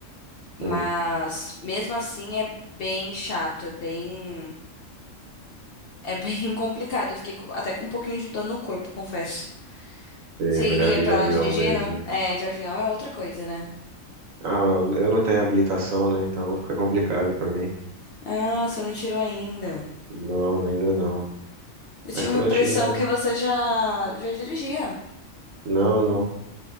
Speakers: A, on the right; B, on the left.
A: Hum.
B: Mas mesmo assim é bem chato, é bem, é bem <laughs> complicado. Eu fiquei com- até com um pouquinho de dor no corpo, confesso.
A: É
B: Você
A: melhor
B: iria
A: ir
B: pra
A: de avião
B: lá dirigindo?
A: mesmo.
B: É, de avião é outra coisa, né?
A: Ah, eu não tenho habilitação, né? Então fica complicado pra mim.
B: Ah, você não tirou ainda.
A: Não, ainda não.
B: Eu tinha
A: Mas
B: uma
A: quando
B: impressão
A: eu tiver,
B: que você já, já dirigia.
A: não, não.